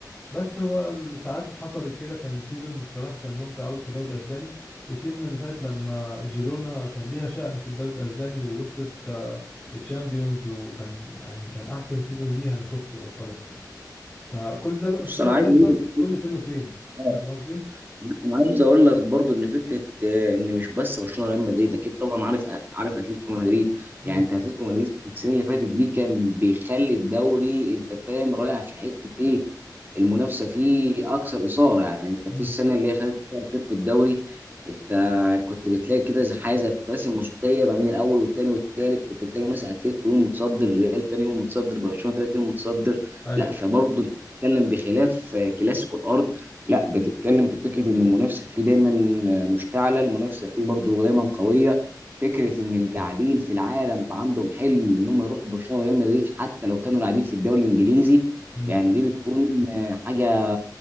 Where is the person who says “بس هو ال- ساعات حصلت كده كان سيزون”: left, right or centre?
Centre